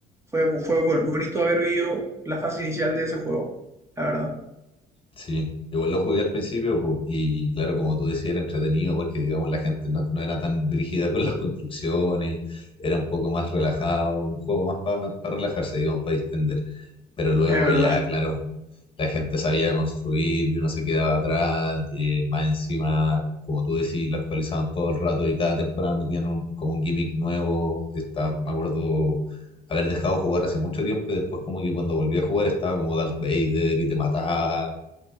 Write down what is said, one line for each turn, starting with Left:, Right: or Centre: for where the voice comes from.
Right: fue fue bu- bonito haber vivido la fase inicial de ese juego, la verdad.
Left: sí. Yo igual lo jugué al principio, po, y claro, como tú decías, era entretenido porque, digamos, la gente no, no era tan brígida con las construcciones, era un poco más relajado, un juego más para relajarse, digamos, para distender. pero luego
Right: Es verdad.
Left: ya, claro, la gente sabía construir y uno se quedaba atrás, eh, más encima, como tú decís, lo actualizaban todo el rato y cada temporada metían un- como un gimmick nuevo. Está, me acuerdo haber dejado jugar hace mucho tiempo y después como que cuando volví a jugar estaba como Darth Vader y te mataba,